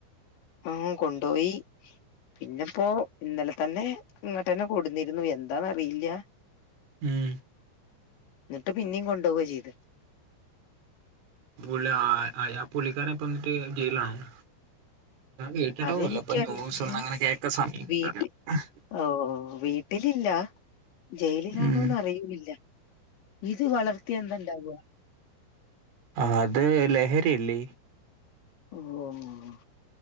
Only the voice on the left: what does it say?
ആഹ് കൊണ്ടോപോയി പിന്നെപ്പോ ഇന്നലെ തന്നെ ഇങ്ങോട്ട് ന്നെ കൂടന്നിരുന്നു എന്താന്ന അറിയില്ല
ന്നിട്ട് പിന്നെയും കൊണ്ടോവ ചെയ്തെ
അതെനിക്കറിയില്ല
വീട്ടി
ഓഹ് വീട്ടിലില്ല ജയിലിലാണോന്ന്
അറിയില്ല ഇത് വളർത്തിയ എന്തണ്ടാവ
ഓഹ്